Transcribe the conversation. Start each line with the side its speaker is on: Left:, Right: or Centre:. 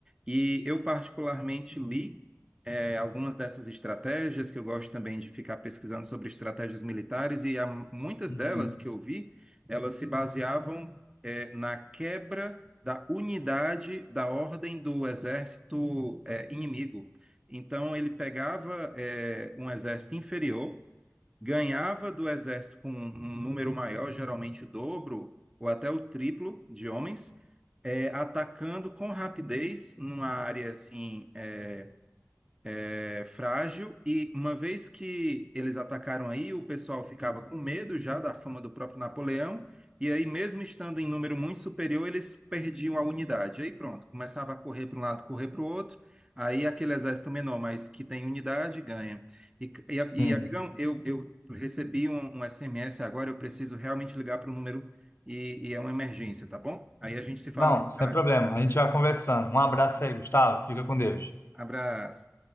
Right: E eu particularmente li eh, algumas dessas estratégias, que eu gosto também de ficar pesquisando sobre estratégias militares, e há muitas
Left: Uhum.
Right: delas que eu vi, elas se baseavam eh, na quebra da unidade da ordem do exército eh, inimigo. Então, ele pegava eh, um exército inferior, ganhava do exército com um um número maior, geralmente o dobro ou até o triplo de homens, eh, atacando com rapidez numa área assim. é, é frágil e uma vez que eles atacaram aí, o pessoal ficava com medo já da fama do próprio Napoleão, e aí mesmo estando em número muito superior, eles perdiam a unidade. Aí pronto, começava a correr para um lado, correr para o outro, aí aquele exército menor, mas que tem unidade, ganha. E, e,
Left: Sim,
Right: e, amigão, eu, eu recebi um, um SMS agora, eu preciso realmente ligar para o número e, e é uma emergência, tá bom? Aí a gente se fala
Left: Não,
Right: mais
Left: sem
Right: tarde,
Left: problema.
Right: tá
Left: A gente vai conversando. Um abraço aí, Gustavo. Fica com Deus.
Right: Abraço.